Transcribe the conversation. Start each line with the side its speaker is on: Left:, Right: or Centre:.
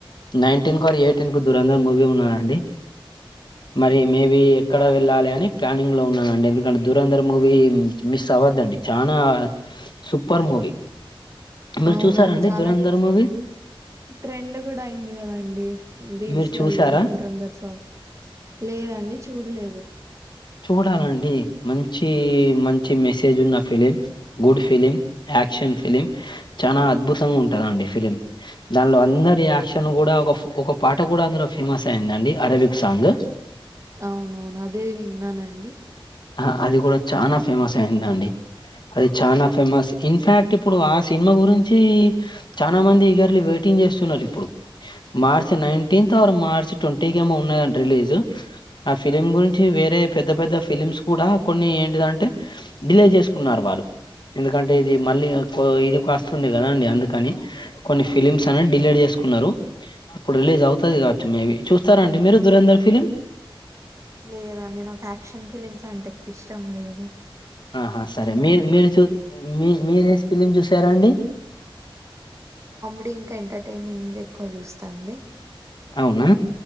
Left: నైన్టీన్ కు అరి ఎయిటీన్ కు దూరందర్ మూవీ ఉన్నదండి మరి మేబి ఎక్కడ వెళ్ళాలి అని ప్లానింగ్ లో ఉ డి ఎందుకంటే దూరంధ్ర మూవీ మిస్ అవద్దండి చాలా సూపర్ మూవీ మరి
Right: అవును
Left: చూసారండి
Right: అది చాలా
Left: దురంధరమువి
Right: ట్రెండ్ కూడా అయింది కదాండి రీల్స్లలో
Left: మీరు చూసారా
Right: దురంధర్ సాంగ్ లేదండి చూడలేదు
Left: చూడాలి డి మంచి మంచి మెసేజ్ ఉన్న film good film action film చాలా అద్భుతంగా ఉంటదండి ఫిలిం దానిలో అందరి యాక్షన్ కూడా ఒక ఒక పా పాట కూడా అందులో ఫేమస్ అయిందండి అరబిక్ సాంగ్
Right: అవునవును అదే విన్నానండి
Left: ఆ అది కూడా చానా ఫేమస్ అయిందాండి అది చాన ఫేమస్ ఇన్ ఫ్యాక్ట్ ఇప్పుడు ఆ సినిమా గురించి చాల మంది ఈ గర్లు వెయిటింగ్ చేస్తున్నారు ఇప్పుడు మార్చి నైన్టీన్త్ ఆరు మార్చ్ ట్వంటీకి ఏమో ఉన్నాదంటా రిలీజ్ ఆ ఫిలిం గురించి వేరే పెద్ద పెద్ద ఫిలిమ్స్ కూడా కొన్ని ఏంటిదంటే డిలే చేసుకున్నారు వాళ్ళు ఎందుకంటే ఇది మళ్ళీ ఎక్కువ ఇది వస్తుంది కదాండి అందుకని కొన్ని ఫిలిమ్స్ అని డిలేడ్ చే చేసుకున్నరు ఇప్పుడు రిలీజ్ అవుతాది కావచ్చు మేబీ చూస్తార అండి మీరు దురంధర్ ఫిలిం
Right: లేదండి నాకు యాక్షన్ ఫిలిమ్స్ అంటే ఎక్కువ ఇష్టం లేదు
Left: ఆహా సరే
Right: నేను
Left: మీరు మీరు చూ మీ మీరేసి ఫిలిం చూసారా అండి
Right: కామెడి ఇంకా ఎంటర్టైనింగ్ ఎక్కువ చూస్తా అండి
Left: అవునా